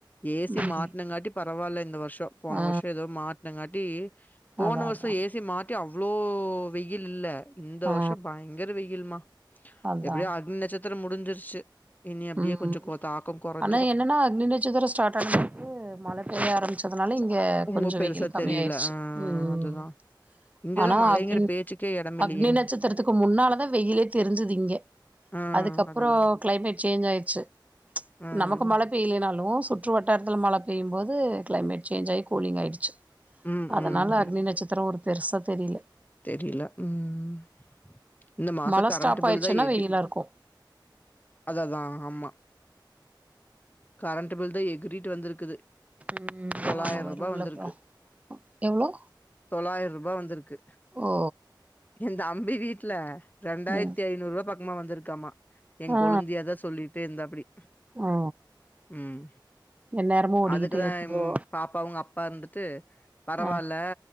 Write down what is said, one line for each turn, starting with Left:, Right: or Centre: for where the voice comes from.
Left: ஏ சி
Right: ம்
Left: மாட்டினங்காட்டி பரவால்ல இந்த வருஷொ போன
Right: ஆ
Left: வருஷொ ஏதோ மா ங்காட்டி போன
Right: அதா
Left: வருஷம்
Right: அதா
Left: ஏ சி மாட்டி அவ்ளோ வெயில் இல்ல இந்த
Right: ஆ
Left: வருஷொ பயங்கர வெயில்மா
Right: அதா
Left: எப்டியோ அக்னி நட்சத்திரம் முடிஞ்சிருச்சு இனி அப்டியே
Right: ம்
Left: கொஞ்ச கொ தாக்கம் கொறஞ்சிரும்.
Right: ஆனா என்னன்னா அக்னிநச்சத்தர ஸ்டாட் ஆனதுக்கு மழ பெய்ய ஆரம்பிச்ச அதுனால
Left: ஆரம்பிச்சதுனால
Right: இங்க
Left: உங்க
Right: கொஞ்ச
Left: பெருசா
Right: வெயில் கம்மியாயிருச்சு
Left: தெரியல. ஆ
Right: ம்
Left: அதுதான். இங்க
Right: ஆனா
Left: தான் மழைங்கிற
Right: அக்னின்
Left: பேச்சுக்கே இடமில்லையே!
Right: அக்னி நட்சத்திரத்துக்கு முன்னாலதா வெயிலே தெரிஞ்சுது இங்க
Left: ஆ
Right: அதுக்கப்பறோ
Left: அதுதான்.
Right: க்ளைமேட் சேஞ்ச் ஆயிருச்சு
Left: ம்.
Right: நமக்கு மழப் பெய்லனாலு சுற்று வட்டாரத்துல மழ பெய்யும்போது க்ளைமேட் சேஞ்ச் ஆகி கூலிங் ஆயிடுச்சு
Left: ம்.
Right: அதுனால
Left: ம். இருக்கு.
Right: அக்னி நட்சத்திரோ ஒரு பெருசா தெரியல
Left: தெரியல ம் ம் இந்த மாச
Right: மழ
Left: கரண்ட்டு
Right: ஸ்டாப் ஆயிடுச்சுன்னா
Left: பில் தா எகு
Right: வெயிலா இருக்கு
Left: அத தா ஆமா கரண்ட்டு பில் தா எகுறிட்டு வந்துருக்குது
Right: ம்
Left: தொளாயிர்
Right: ஆமா வருல்ல
Left: ரூபா வந்துருக்கு
Right: அப்றோ எவ்ளோ
Left: தொளாயிர் ரூபா வந்துருக்கு
Right: ஓ
Left: எ தம்பி வீட்ல ரெண்டாயிர்த்தி
Right: ம்
Left: ஐநூறு ரூவா பக்கமா வந்துருக்காம்மா ஏ
Right: ஆ
Left: கொளுந்தியாதா சொல்லிட்டே இருந்தாப்புடி
Right: ஆ
Left: ம்
Right: எந்நேரமு ஓடிக்கிட்டே
Left: அதுக்குதா
Right: இருக்குதோ
Left: இம் பாப்பா அவுங்க அப்பா இருந்துட்டு பரவால்ல
Right: ஆ